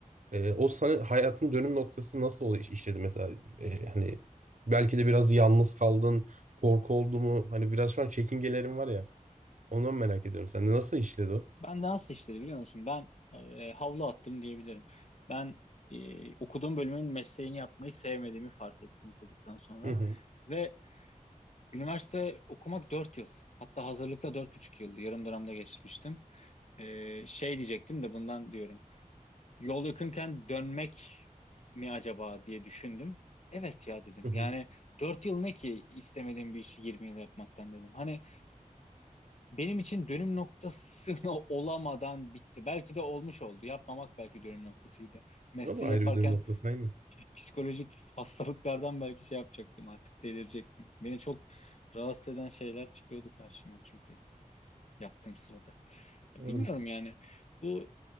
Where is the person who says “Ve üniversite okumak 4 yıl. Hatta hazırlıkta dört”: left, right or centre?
Left